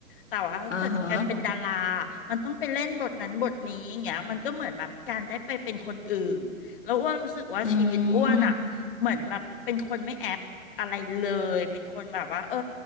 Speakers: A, on the left; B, on the left.
A: แต่ว่าถ้าเกิดการเป็นดารามันต้องไปเล่นบทนั้นบทนี้อย่างเงี้ยมันก็เหมือนแบบการได้ไปเป็นคนอื่นแล้วอ้วนรู้สึกว่าชีวิตอ้วนอ่ะเหมือนแบบเป็นคนไม่แอปอะไรเลยเป็นคนแบบว่าเออ
B: อ่าฮะอืม